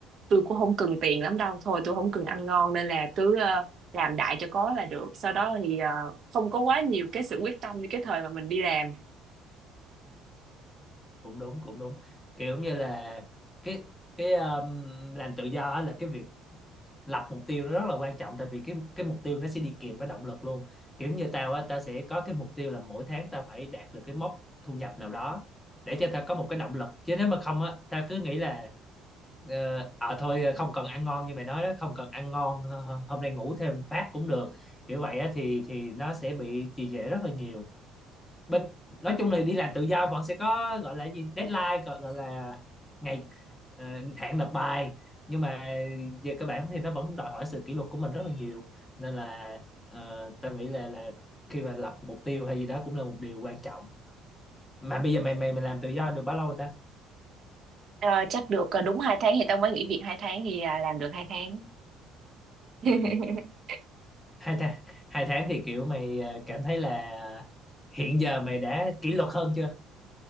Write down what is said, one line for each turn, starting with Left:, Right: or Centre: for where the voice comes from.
Right: tôi cũng không cần tiền lắm đâu thôi tôi không cần ăn ngon nên là cứ ờ, làm đại cho có là được sau đó thì ờ, không có quá nhiều cái sự quyết tâm như cái thời mà mình đi làm
Left: cũng đúng cũng đúng kiểu như là cái cái ừm, làm tự do á là cái việc lập mục tiêu nó rất là quan trọng tại vì cái cái mục tiêu nó sẽ đi kèm với động lực luôn kiểu như tao á tao sẽ có cái mục tiêu là mỗi tháng tao phải đạt được cái mốc thu nhập nào đó để cho tao có một cái động lực chứ nếu mà không á tao cứ nghĩ là ờ à, thôi ờ, không cần ăn ngon như mày nói đó không cần ăn ngon hôm nay ngủ thêm phát cũng được kiểu vậy á thì thì nó sẽ bị trì trệ rất là nhiều Bên, nói chung là đi làm tự do bọn sẽ có gọi là gì deadline gọi, gọi là ngày ờ, hạn nộp bài nhưng mà về cơ bản thì nó vẫn đòi hỏi sự kỷ luật của mình rất là nhiều nên là ờ, tao nghĩ là là khi mà lập mục tiêu hay gì đó cũng là một điều quan trọng mà bây giờ mày mày mày làm tự do được bao lâu ta
Right: Ờ, chắc được ờ, đúng hai tháng thì tao mới nghỉ việc hai tháng thì à, làm được hai tháng <laughs>
Left: ừ. hai tháng hai tháng thì kiểu mày ờ, cảm thấy là hiện giờ mày đã kỷ luật hơn chưa